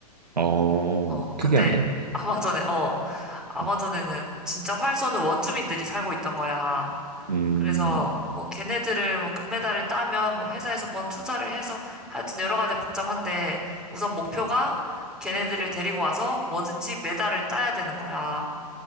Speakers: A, on the right; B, in the centre.
A: 어,
B: 어, 근데
A: 특이하네.
B: 아마존에, 어, 아마존에는
A: 음,
B: 진짜 활쏘는 원주민들이 살고 있던 거야.
A: 음,
B: 그래서 뭐 걔네들을 뭐 금메달을 따면 뭐 회사에서 뭔 투자를 해서 하여튼 여러 가지 복잡한데 우선 목표가 걔네들을 데리고 와서 뭐든지 메달을 따야 되는 거야.